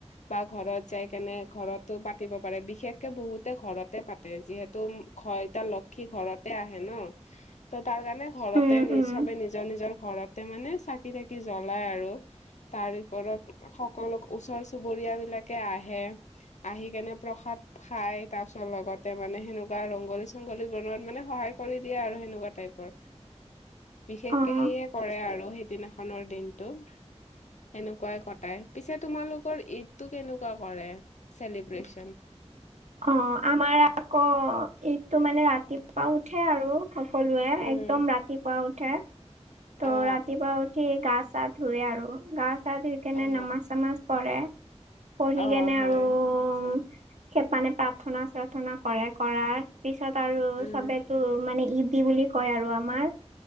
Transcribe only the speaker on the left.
বা ঘৰত যাই কেনে ঘৰতো পাতিব পাৰে বিশেষকে বহুতে ঘৰতে পাতে যিহেতু ঘ এতা লক্ষী ঘৰতে আহে ন ত তাৰ কাৰণে ঘৰতে
নিজ
সবে নিজৰ নিজৰ ঘৰতে মানে চাকি তাকি জ্বলাই আৰু তাৰ ওপৰত সকলো ওচৰ চুুৰ পৰিয়াল বিলাকে আহে আহি কেনে প্ৰসাদ খাই তাৰ পিছত লগতে মানে সেনেকুৱা ৰংগলী চংগলী বনোৱাত মানে সহায় কৰি দিয়ে আৰু সেনেকুৱা টাইপৰ। বিশেষকে
সেয়ে কৰে আৰু সেইদিনা খনৰ দিনটো সেনেকুৱাই কটাই পিছে তোমালোক ঈদটো কেনেকুৱা কৰে চেলিব্ৰেচন?
উম
অ
অ
অ',
হয়
পিছে
উম